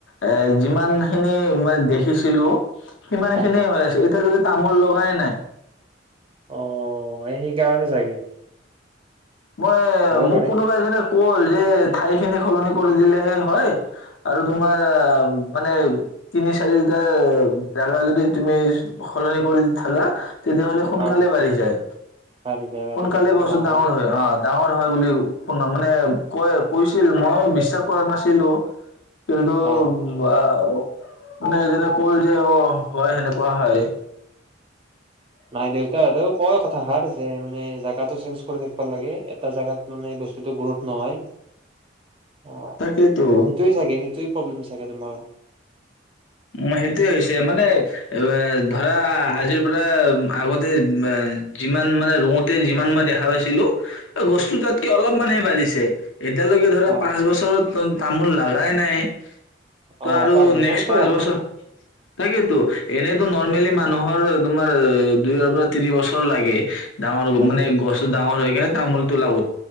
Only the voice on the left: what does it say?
এ যিমান খিনি মা দেখিছিলোঁ- সিমান
খিনিয়ে হৈ আছে। এতিয়ালৈকে তামোল লগাই নাই।
মই,
মোক
কোনোবা এজনে- মোৰ যে, ঠাইখিনি সলনি কৰি দিলেহে হয়। আৰু তোমাৰ আ মানে তিনি চাৰিটা জাগা যদি তুমি চ সলনি কৰি থাকা- তেতিয়াহলে সোনকালে
বাঢ়ি যায়।
সোনকালে
গছটো
ডাঙৰ-
অঁ ডাঙৰ হয় বুলি শুনা, মানে কয় কৈছিল, মই বিশ্বাস কৰা নাছিলোঁ। কিন্ত
ম বা- মানে, যেনে কৰিলেও হয়, সেনেকুৱা হয়।
তাকেইতো
ও! সেইটোয়ে হৈছে মানে, এ' ধৰা আজিৰ পৰা আগতে যিমান মানে ৰওঁতে যিমান মই দেখা পাইছিলো গছটো তাতকে অলপমানানহে বাঢ়িছে এতিয়ালৈকে ধৰা,
পাঁচ বছৰত তামোল লাগাই নাই। ত
আৰু
নেক্সট পাঁচ বছৰ তাকেইতো, এনেইতো নৰমেলী মানুহৰ তোমাৰ, দুইৰ পৰা তিনি বছৰ লাগে। ডাঙৰ
মানে,
গছতটো ডাঙৰ হৈ কিনে তামোলতটো লাগো